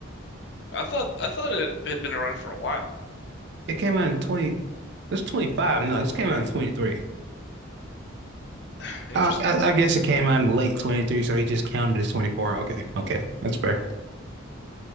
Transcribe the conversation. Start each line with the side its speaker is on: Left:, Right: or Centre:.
Left: I thought I thought it had been around for a while.
Right: It came out in 20, it's 25. No, this came out in 23.
Left: <sighs> Interesting.
Right: I, I, I guess it came out in late 23, so they just counted as 24. Okay, okay, that's fair.